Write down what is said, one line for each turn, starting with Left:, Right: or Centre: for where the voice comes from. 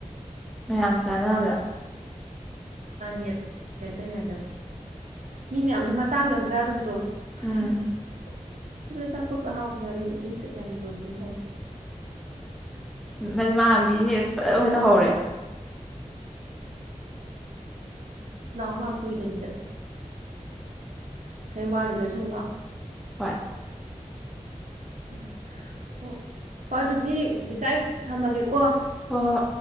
Centre: ꯃꯌꯥꯝ ꯆꯥꯅꯕꯗ
Right: ꯅꯦꯠ ꯀꯩꯅꯣ ꯇꯧꯔꯤꯉꯩꯗ ꯃꯤ ꯃꯌꯥꯝꯗꯣ ꯃꯇꯥꯡꯗꯣ ꯌꯥꯝ ꯆꯥꯗꯕꯗꯣ <unintelligible>
Centre: ꯎꯝ
Right: ꯑꯇꯣꯞꯄ ꯍꯥꯎꯕ ꯌꯥꯝ ꯌꯣꯟꯕ ꯖꯨꯁꯀꯁꯨ ꯌꯥꯝ ꯌꯣꯟꯒꯨꯝ ꯇꯧ
Centre: ꯃꯥꯅ ꯕꯤꯖꯤꯅꯦꯁ ꯐꯖꯟꯅ ꯇꯧꯍꯧꯔꯦ
Right: ꯂꯥꯛꯑꯣ ꯂꯥꯛꯑꯣ ꯀꯨꯏꯗꯕꯤꯗ ꯍꯌꯦꯡ ꯕꯥꯔꯨꯅꯤꯗ ꯁꯨ ꯑꯃꯨꯛ ꯂꯥꯛꯑꯣ
Centre: ꯍꯣꯏ ꯍꯣꯏ
Right: ꯎꯝ ꯑꯣ ꯍꯣꯏ ꯑꯗꯨꯗꯤ ꯂꯤꯀꯥ ꯑꯩ ꯊꯝꯃꯒꯦꯀꯣ
Centre: ꯑꯣ